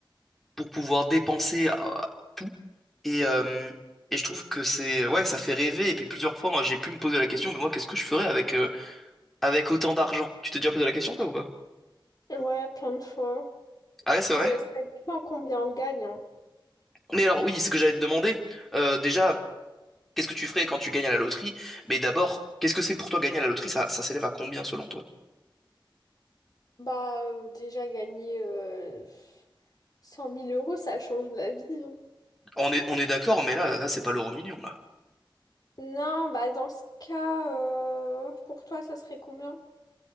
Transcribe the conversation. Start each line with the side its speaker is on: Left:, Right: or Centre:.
Centre: pour pouvoir dépenser à tout. Et, euh, et je trouve que c'est, ouais, ça fait rêver. Et puis plusieurs fois, j'ai pu me poser la question, mais moi, qu'est-ce que je ferais avec, euh, avec autant d'argent? Tu t'es déjà posé la question, toi, ou pas?
Left: ouais, plein de fois.
Centre: Ah ouais, c'est vrai?
Left: Mais ça dépend combien on gagne. hein.
Centre: Mais alors, oui, ce que j'allais te demander, euh, déjà, qu'est-ce que tu ferais quand tu gagnes à la loterie? Mais d'abord, qu'est-ce que c'est pour toi gagner à la loterie? Ça, ça s'élève à combien selon toi?
Left: Bah, euh, déjà gagner euh, 100 000 euros, ça change la vie. hein.
Centre: On est, on est d'accord, mais là, là, c'est pas l'euro million, là.
Left: Non, bah dans ce cas, euh, pour toi, ça serait combien?